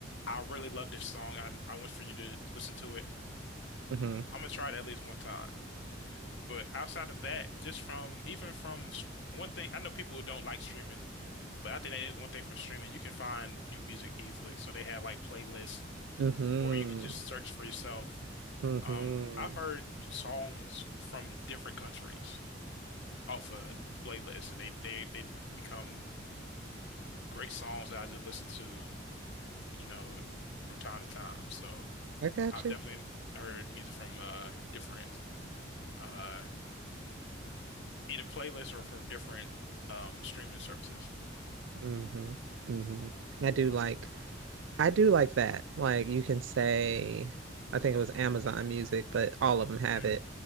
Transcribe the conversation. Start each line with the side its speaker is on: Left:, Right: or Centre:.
Left: I really love this song, I I want for you to listen to it,
Right: hmm
Left: I'm gonna try it at least one time. But outside of that, just from even from s- one thing, I know people who don't like streaming, but I think that is one thing from streaming. You can find new music easily. So they have like playlists,
Right: hmm
Left: or you can just search for yourself.
Right: hmm
Left: Um, I've heard songs from different countries. off a playlist, and they they they become great songs that I just listen to, you know, from time to time. So
Right: I got
Left: I've
Right: you.
Left: definitely heard music from uh different uh either playlists or from different um streaming services.
Right: hmm hmm I do like I do like that. Like you can say, I think it was Amazon Music, but all of them have
Left: Mm,
Right: it.